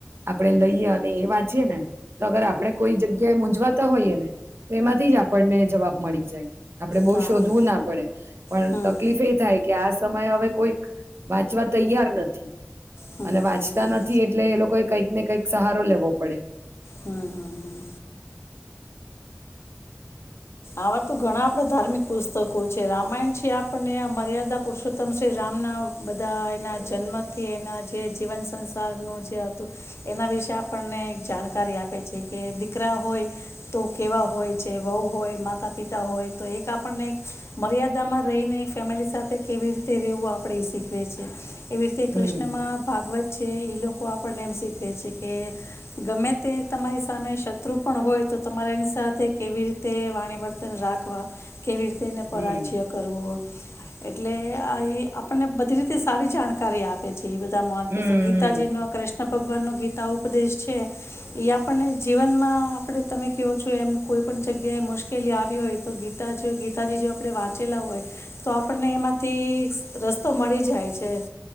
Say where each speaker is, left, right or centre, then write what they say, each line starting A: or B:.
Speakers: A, on the right (about 65°); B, on the left (about 75°).
A: આપણેે લઈએ અને એ વાંચીએ ને તો અગર આપણે કોઈ જગ્ય ગ્યા મૂઝવાતા હોઈએ ને, તો એમાંથી જ આપણને જવાબ મળી જાય. આપડે બહુ
B: હા
A: શોધવું
B: એમ.
A: ના પડે, પણ
B: હમ
A: તકલીફ એ થાય કે આ સમયે હવે કોઈક વાંચવા તૈયાર નથી
B: હમ
A: અને
B: હમ હમ
A: વાંચતા નથી એટલે એ લોકોએ કંઈક ને કંઈક સહારો લેવો પડે.
B: હમ્મ-હમ્મ-હમ્મ. આવા તો ઘણા આપડા ધાર્મિક પુસ્તકો છે. રામાયણ છે આપણને આ મર્યાદા પુરુષોત્તમ શ્રી રામના બધા એના જન્મથી એના જે જીવન સંસારનું જે હતું, એના વિશે આપણને એક જાણકારી આપે છે. કે દીકરા હોય તો કેવા હોય છે. વહુ હોય માતા પિતા હોય, તો એક આપણને એક મર્યાદામાં રહીને ફેમિલી સાથે કેવી રીતે રવું આપણેે એ શીખવે છેએ. એવી રીતે
A: હમ
B: કૃષ્ણમાં ભાગવત છે, ઈ લોકો આપણને એમ શીખવે છે કે, ગમે તે તમારી સામે સ ત્રુ પણ હોય તો તમારે એની સાથે કેવી રીતે વાણી વર્તન રાખવા કેવી રીતે એને પરાજય
A: હમ
B: કરવો એટલે આ એ આપને બધી રીતે સારી જાણકારી આપે છે. જે બધા
A: હમ
B: <unintelligible> ગીતાજી
A: હમ
B: નો કૃષ્ કૃષ્ણ ભગવાનનો ગીતા ઉપદેશ છે એ આપણને જીવનમાં આપણે તમે કયો છો એમ કોઈ પણ જગ્યાએ મુશ્કેલી કેલી આવી હોય તો ગીતા જ્યો ગીતાજી જો આપણે વાંચેલા હોય તો આપણને એમાંથી સ રસ્તો મળી જાય છે એમ.